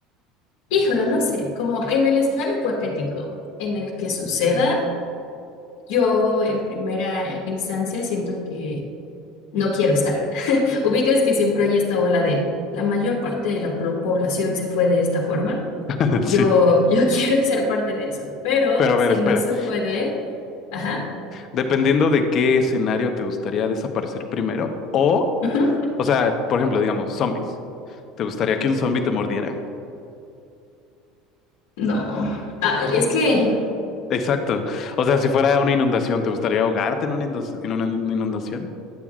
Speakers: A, on the left; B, on the left.
A: Híjole, no sé, como en el escenario hipotético en el que suceda, yo en primera instancia siento que no quiero estar. <laughs> Ubicas que siempre hay esta ola de la mayor parte de la plo- población se fue de esta forma.
B: <laughs>
A: Yo,
B: Sí.
A: yo <laughs> quiero ser parte de eso, pero
B: Pero a
A: si
B: ver, espera,
A: no se puede, ajá,
B: dependiendo de qué escenario te gustaría desaparecer primero, o,
A: ujú,
B: o sea, por ejemplo, digamos, zombies. ¿Te gustaría que un zombie te mordiera?
A: No. Ay, es que
B: Exacto. O sea, si fuera una inundación, ¿te gustaría ahogarte en una inundac- en una inundación?